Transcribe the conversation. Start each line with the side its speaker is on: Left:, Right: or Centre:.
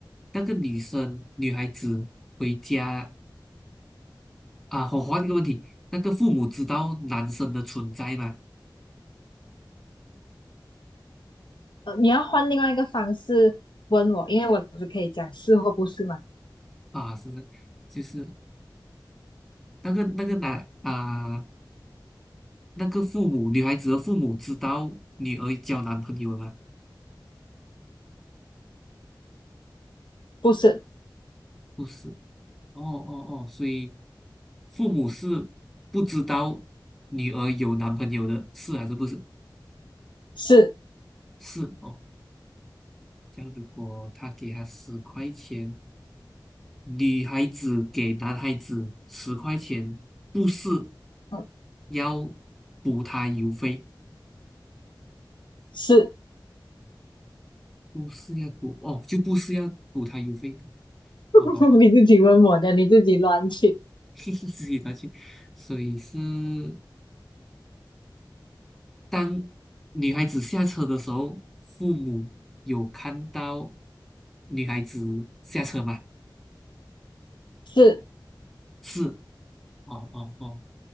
Centre: 那个女生，女孩子回家啊，我换一个问题，那个父母知道男生的存在吗？
Left: 呃，你要换另外一个方式问我，因为我只可以讲是或不是嘛。
Centre: 啊，是，就是那个那个男啊。那个父母，女孩子的父母知道女儿交男朋友了吗？
Left: 不是，
Centre: 不是，哦哦哦，所以父母是不知道女儿有男朋友的，是还是不是？
Left: 是，
Centre: 是哦，这样如果他给她十块钱，女孩子给男孩子十块钱，不是
Left: 嗯，
Centre: 要补他邮费，
Left: 是，
Centre: 不是要补哦，就不是要补他邮费。好好好，
Left: <laughs> 你自己问我的，你自己乱去。
Centre: <laughs> 自己拿去，所以是。当女孩子下车的时候，父母有看到女孩子下车吗？
Left: 是，
Centre: 是，哦哦哦，